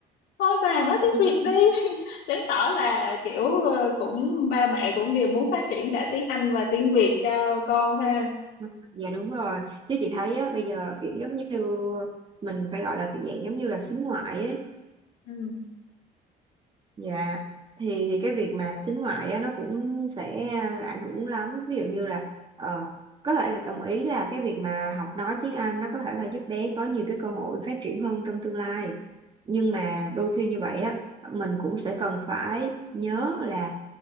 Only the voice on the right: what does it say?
<laughs>
Ừ, dạ đúng rồi chứ chị thấy á bây giờ kiểu giống như mình phải gọi là kiểu dạng giống như là xính ngoại ấy
Dạ thì thì cái việc mà sính ngoại á, nó cũng sẽ à, ảnh hưởng lắm ví dụ như là ờ, có thể là đồng ý là cái việc mà học nói tiếng Anh nó có thể là giúp bé có nhiều cái cơ hội phát triển hơn trong tương lai nhưng mà đôi khi như vậy á mình cũng sẽ cần phải nhớ là